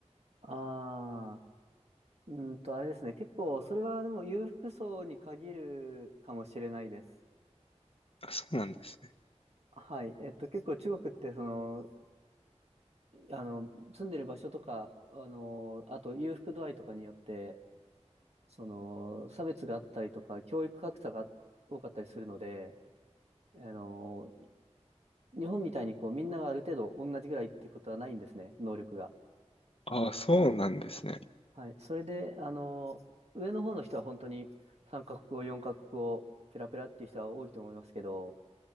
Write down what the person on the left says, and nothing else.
あ、そうなんですね。
あ、そうなんですね。